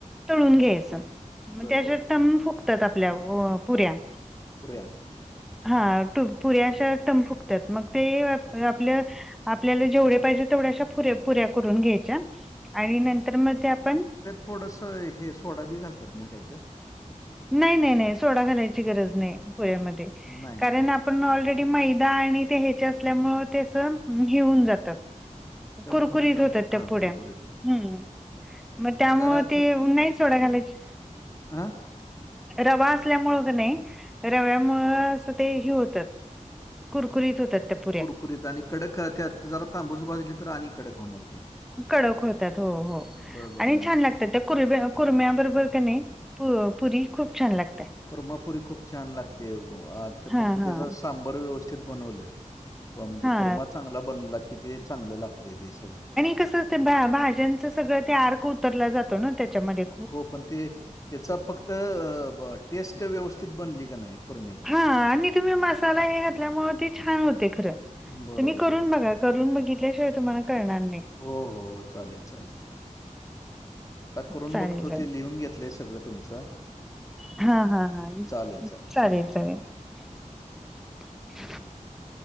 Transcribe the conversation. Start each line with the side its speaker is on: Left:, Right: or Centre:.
Centre: तळून घ्यायचं म
Left: बरं,
Centre: ते असं
Left: बरं, बरं.
Centre: टम फुग- फुगतात आपल्या पुऱ्या.
Left: पुऱ्या.
Centre: हा पुऱ्या अशा टम फुकतात मग ते आपल. आपल्याला जेवढे पाहिजे तेवढ्याशा पुऱ्या पुऱ्या करून घ्यायच्या आणि नंतर म ते आपण.
Left: थोडस हे सोडा बी घालतात ना काहीतर.
Centre: नाही नाही नाही सोडा घालायची गरज नाही पुऱ्यामध्ये
Left: नाही
Centre: कारण
Left: ना?
Centre: आप- पण ऑलरेडी मैदा आणि ते ह्याच्या असल्यामुळे ते अस हे होऊन जातं-
Left: टम्प
Centre: कुरकुरीत
Left: टम्प
Centre: होतात त्या
Left: हां,
Centre: पुऱ्या
Left: कुरकुरीत
Centre: हम्म- मग
Left: आणि
Centre: त्यामूळ
Left: जरा
Centre: ते नाही सोडा घालायच-
Left: आ-
Centre: रवा असल्यामूळ का नाही रव्यामूळ अस ते हे होत- कुरकुरीत होतात त्या पू-
Left: कुरकुरीत आणि कडक त्यात जरा तांबूस भाजली तर आणि कडक होणार ते.
Centre: कडक होतात हो हो
Left: बरं, बरं.
Centre: आणि
Left: मग
Centre: छान लागतात- ते कुर्म्या कुरम्या बरोबर का नाही पुरी खूप छान लागतं.
Left: कुर्मापुरी खूप छान लागते, ते
Centre: हा
Left: फक्त त्याचा
Centre: हा
Left: सांबर व्यवस्थित बनवलं- पण म्हणजे
Centre: हा
Left: कोरमा चांगला बनला की ते चांगलं लागतंय ते सगळं.
Centre: कस असत ते भाज्यांचं सगळं ते आर्क उतरला जातो ना त्यांच्यामध्ये.
Left: हो पण ते त्याचा फक्त टेस्ट व्यवस्थित बनली का नाही कुर्मीे-
Centre: हा आणि तुम्ही मसाला हे घातल्यामुळे ते छान होते खरं
Left: बरोबर,
Centre: तुम्ही करून
Left: बरोबर.
Centre: बघा करून बघितल्याशिवाय तुम्हाला करणार नाही.
Left: हो हो हो चालेल चालेल चालेल. आता करून
Centre: चालेल
Left: बघतो
Centre: चालेल
Left: ते लिहून घेतलंय सगळं तुमचं.
Centre: हा.. हा.. हा.
Left: चालेल,
Centre: चालेल,
Left: हां.
Centre: चालेल. <inaudible>